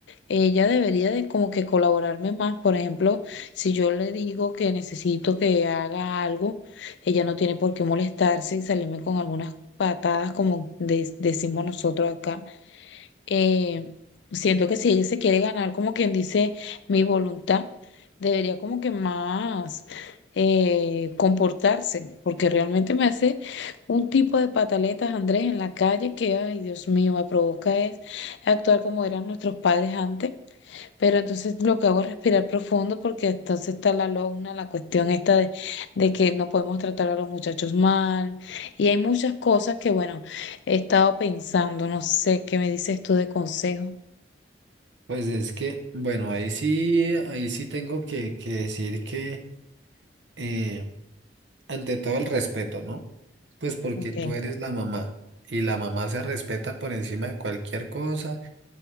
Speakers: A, on the left; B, on the right.
A: ella debería de como que colaborarme más. Por ejemplo, si yo le digo que necesito que haga algo, ella no tiene por qué molestarse y salirme con algunas patadas como de- decimos nosotros acá. Eh, siento que si ella se quiere ganar, como quien dice, mi voluntad, debería como que más eh, comportarse, porque realmente me hace un tipo de pataletas, Andrés, en la calle que, ay, Dios mío, me provoca es actuar como eran nuestros padres antes. Pero entonces lo que hago es respirar profundo porque entonces está la lona, la cuestión esta de, de que no podemos tratar a los muchachos mal. Y hay muchas cosas que, bueno, he estado pensando, no sé, ¿qué me dices tú de consejo?
B: Pues es que, bueno, ahí sí, ahí sí tengo que, que decir que, eh, Ante todo el respeto, ¿no? Pues porque
A: Ok,
B: tú eres la mamá y la mamá se respeta por encima de cualquier cosa